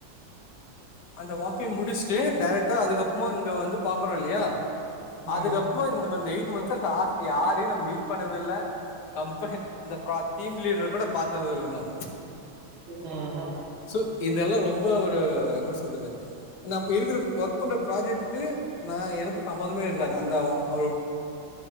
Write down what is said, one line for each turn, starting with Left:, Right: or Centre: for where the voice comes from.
Left: அந்த வாக்கிங் முடிஷ்ட்டு டேரெக்டா அதுக்கப்புமா இங்க வந்து பாக்குறோ இல்லியா
Right: ம்
Left: அதுக்கப்புறோ இந்த ம இந்த எயிட் மந்த்ஸா லாஸ்ட்டு யாரையு நா மீட் பண்ணதில்ல கம்பெஹ இந்த ப்ரா டீம் லீடர கூட பாத்ததுல்லங்க
Right: ம் ம்
Left: சோ இந்தெல்லா ரொம்ப ஒரு எப்டி சொல்றது நா இப்ப இருக்கற ஒர்க் பண்ற ப்ராஜெக்டுக்கு நா எனக்கு சம்மதமே இருக் காது அந்த ஒரு